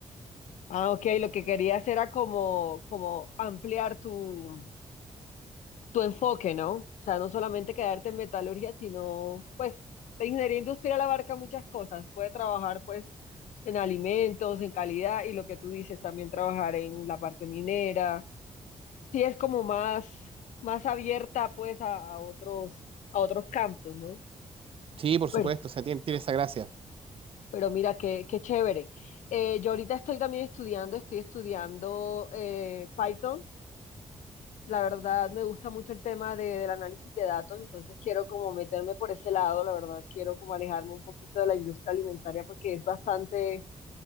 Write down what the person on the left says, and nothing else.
Ah, ok, lo que querías era como, como ampliar tu, tu enfoque, ¿no? O sea, no solamente quedarte en metalurgia, sino, pues, la ingeniería industrial abarca muchas cosas. Puede trabajar, pues, en alimentos, en calidad, y lo que tú dices, también trabajar en la parte minera sí es como más, más abierta pues a, a otros, a otros campos, ¿no?
Pero,
pero mira, qué, qué chévere. Eh, yo ahorita estoy también estudiando, estoy estudiando eh, Python. La verdad me gusta mucho el tema de- del análisis de datos, entonces quiero como meterme por ese lado, la verdad quiero como alejarme un poquito de la industria alimentaria porque es bastante,